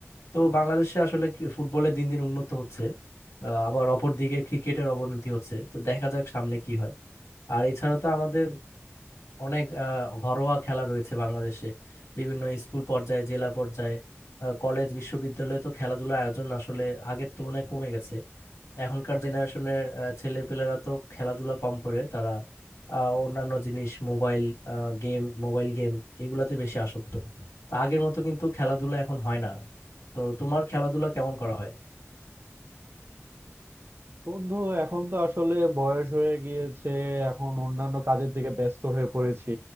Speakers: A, on the left; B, on the right.
A: তো বাংলাদেশে আসলে কি- ফুটবলে দিন দিন উন্নত হচ্ছে আহ, আবার অপর দিকে ক্রিকেটের অবনতি হচ্ছে তো দেখা যাক সামনে কি হয় আর এছাড়া তো আমাদের অনেক আহ, ঘরোয়া খেলা রয়েছে বাংলাদেশে বিভিন্ন স্কুল পর্যায়ে জেলা পর্যায়ে আহ, কলেজ বিশ্ববিদ্যালয়ে তো খেলাধুলার আয়োজন আসলে আগের তুলনায় কমে গেছে এখনকার জেনারেশনের ছেলে পেলেরা তো খেলাধুলা কম করে তারা আহ, অন্যান্য জিনিস মোবাইল গেম মোবাইল গেম এগুলাতে বেশি আসক্ত তো আগের মতো কিন্তু খেলাধুলা এখন হয় না তো তোমার খেলাধুলা কেমন করা হয়
B: বন্ধু এখন তো আসলে বয়স হয়ে গিয়েছে এখন অন্যান্য কাজের দিকে ব্যস্ত হয়ে পড়েছি